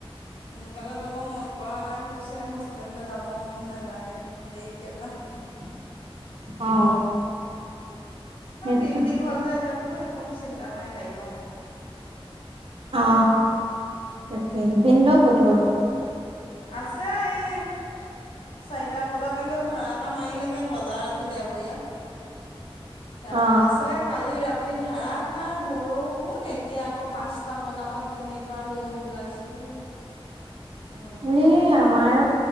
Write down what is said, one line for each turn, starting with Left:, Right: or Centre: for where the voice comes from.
Left: সোনকালে যাব মন কৰা নাই কৈছে হোষ্টেললৈ যাব মন নাযায় দেৰিকে যাম
Right: <inaudible> অ সেইটো
Left: দিন দীঘল যায় এতিয়া বোলো একো চিন্তা নাই গাড়ীত
Right: অ তাকে ভিন্দৌ ক'ত গ'ল
Left: আছে এই চাৰিটা বজাতে গৈ ভাড়া এটা মাৰিলেগে বজাৰ আজি দেওবৰীয়া। তাপা
Right: অ
Left: আছে কালি ৰাতি এই ধাৰাসাৰ বৰষুণ এতিয়া আকৌ পাঁচটা বজাৰ পৰা কেনেকুৱা ৰ'দ ওলাইছে অ'।
Right: <inaudible>
Left: অ'
Right: এই আমাৰ